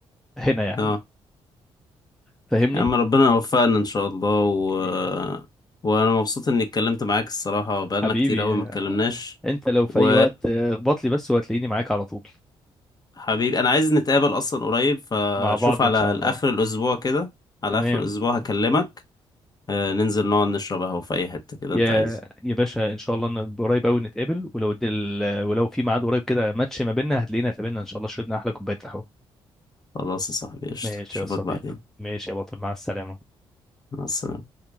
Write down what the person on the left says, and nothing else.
اه
يا عم ربنا يوفقنا ان شاء الله و...
وانا مبسوط اني اتكلمت معاك الصراحة بقالنا
كتير قوي ما اتكلمناش
و
حبيبي انا عايز نتقابل اصلا قريب فشوف
على
اخر الاسبوع كده على
اخر الاسبوع هكلمك آه، ننزل نقعد نشرب قهوة في اي حتة كده
انت عايز
خلاص يا صاحبي قشطة
اشوفك
بعدين
مع السلامة